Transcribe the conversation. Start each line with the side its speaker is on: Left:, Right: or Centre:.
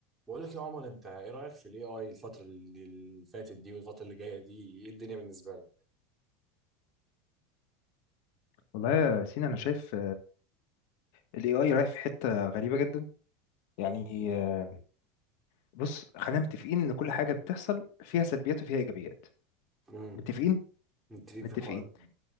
Right: بقول لك يا عمر انت ايه رايك في الاي اي الفتره اللي اللي فاتت دي والفتره اللي جايه دي ايه الدنيا بالنسبه لك
Left: والله يا سينا انا شايف الاي اي رايح في حته غريبه جدا يعني آه، بص خلينا متفقين ان كل حاجه بتحصل فيها سلبيات وفيها ايجابيات
Right: امم
Left: متفقين
Right: متفقين
Left: متفقين
Right: في الحوار ده